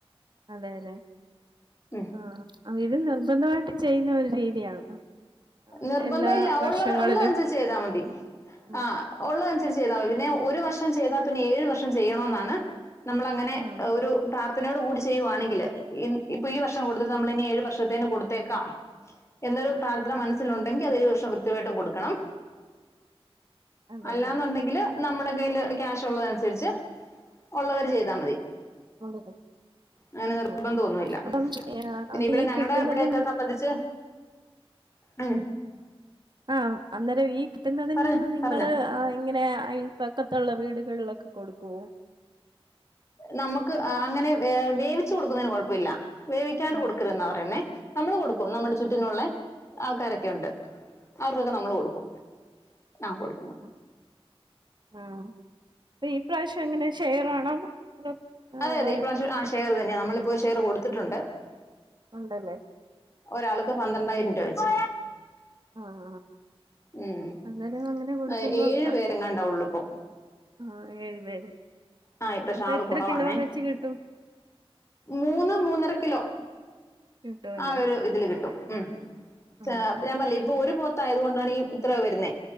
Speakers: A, on the right; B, on the left.
A: അതെല്ലെ
B: ഉം
A: ആഹ് ആ ഇത് നിർബന്ധവായിട്ടും ചെയ്യുന്നേരു രീതിയാണോ ആ,
B: നിർബന്ധം
A: എല്ലാ
B: ഇല്ല ഒള്ള
A: വർഷങ്ങളിലും
B: ഒള്ളനുസരിച്ച് എയ്തിയാ മതി
A: ഉം
B: ആഹ് ഒള്ളെനുസരിച്ച് ചെയ്തമതി പിന്നെ ഒരു വർഷം ചെയ്താ പിന്നെ ഏഴു വർഷം ചെയ്യനൊന്നാണ് നമ്മളങ്ങനെ
A: ആഹ്
B: ഏഹ് ഒരു പ്രാർത്ഥനെയോട് കൂടി ചെയ്യുവാണെങ്കില് ഇൻ ഇപ്പോ ഈ വർഷം കൊടുത്തത് നമ്മളിനി ഏഴ് വർഷത്തേന് കൊടുത്ത് തെക്കാം എന്നൊരു പ്രാർത്ഥന മനസ്സി തിലോണ്ടെങ്കില തേ വർഷം കൃത്യവായിട്ടും കൊടുക്കണം
A: അതെല്ലെ
B: അല്ലാന്നുണ്ടെങ്കിൽ നമ്മടെ കയ്ല് ക്യാഷോള്ളതന്സരിച്ച് ഒള്ളവര് ചെയ്താ മതി
A: കൊടുക്കും
B: അങ്ങനെ നിർബന്തോന്നുല്ല
A: ആഹ് അപ്പം ആ,
B: പിന്നെ
A: അപ്പൊ
B: ഇവടെ
A: ഈ
B: ഞങ്ങടെവിടെക്കെ
A: കിട്ടുന്നതിൽ നിന്ന്
B: സംബന്ധിച്ച് ഉം
A: ആഹ് അന്നേരം ഈ കിട്ടുന്നതിൽ
B: പറഞ്ഞോ
A: നിന്ന് നിങ്ങള്
B: പറഞ്ഞോ
A: അഹ്‌ ഇങ്ങനെ പക്കത്തോള്ള വീടുകളിലൊക്കെ കൊടുക്കുവോ
B: നമുക്ക് അങ്ങനെ ഹേ വേവിച്ച് കൊടുക്കുന്നേന് കൊഴപ്പില്ല വേവിക്കാണ്ട്
A: ഉം
B: കൊടുക്കരുതേന്നാ പറയുന്നെ നമ്മള് കൊടുക്കും
A: ഉം
B: നമ്മടെ ചുറ്റിനൊള്ളെ ആൾക്കാരൊക്കെണ്ട് അവർക്ക് നമ്മൾ കൊടുക്കും ന്നാ കൊടു
A: ഉം ആ പ്പ ഈപ്രാവശ്യങ്ങേനെ ഷെയറാണോ അതോ ആഹ്
B: അതെ അതെ ഇപ്രാവശ ആ ഷെയർ തന്നെയാ മ്മളിപ്പോ ഒരു ഷെയർ കൊടുത്തിട്ടോണ്ട്
A: ഉണ്ടല്ലേ
B: ഒരാൾക്ക് പന്ത്രണ്ടായിരം രൂപ വെച്ച്
A: ആഹ്
B: ഉം
A: അന്നേരം അങ്ങനെ കൊടുക്കുമ്പം
B: ഹേ ഏഴു പേരെങ്ങാണ്ടാവള്ളൂ ഇപ്പൊ
A: ആഹ ഏഴ് പേര്
B: ആഹ ഈ പ്രശ്യം
A: അപ്പൊ
B: ആള്
A: എത്ര
B: കുറവാണേ
A: കിലോ വെച്ച് കിട്ടും?
B: മൂന്ന് മൂന്നര കിലോ
A: കിട്ടുവല്ലേ
B: ആ ഒരു ഇതില് കിട്ടും ഉം
A: ആഹ്
B: ച്ചാ ഞാൻ പറയ ഇപ്പൊ ഒരു പോത്ത ആയത് കൊണ്ടാണ് ഇത്ര വരുന്നത്